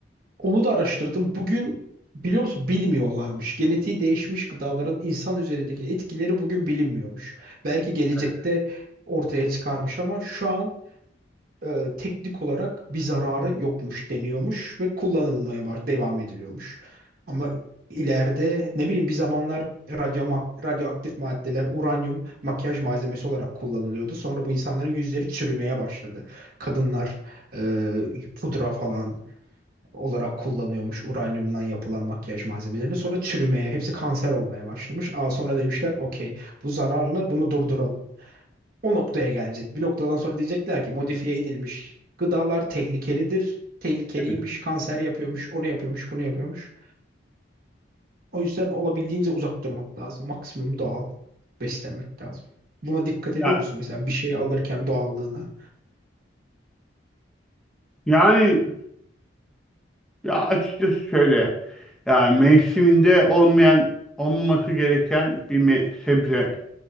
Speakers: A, on the right; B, in the centre.
A: Onu da araştırdım. Bugün biliyor musun bilmiyorlarmış. Genetiği değişmiş gıdaların insan üzerindeki etkileri bugün bilinmiyormuş. Belki gelecekte
B: Evet.
A: ortaya çıkarmış ama şu an e, teknik olarak bir zararı yokmuş deniyormuş ve kullanılmaya baş devam ediliyormuş. Ama ileride ne bileyim bir zamanlar radyo mak- radyoaktif maddeler uranyum makyaj malzemesi olarak kullanılıyordu. Sonra bu insanların yüzleri çürümeye başladı. Kadınlar e, pudra falan olarak kullanıyormuş uranyumdan yapılan makyaj malzemelerini. Sonra çürümeye, hepsi kanser olmaya başlamış. Aa, sonra demişler okey bu zararlı bunu durduralım. O noktaya gelecek. Bir noktadan sonra diyecekler ki modifiye edilmiş gıdalar tehlikelidir. Tehlikeliymiş,
B: Evet.
A: kanser yapıyormuş, onu yapıyormuş, bunu yapıyormuş. O yüzden olabildiğince uzak durmak lazım. Maksimum doğal beslenmek lazım. Buna dikkat
B: Ya,
A: ediyor musun? Mesela bir şeyi alırken doğallığına.
B: yani Ya açıkçası şöyle. Yani mevsiminde olmayan, olmaması gereken bir me- sebze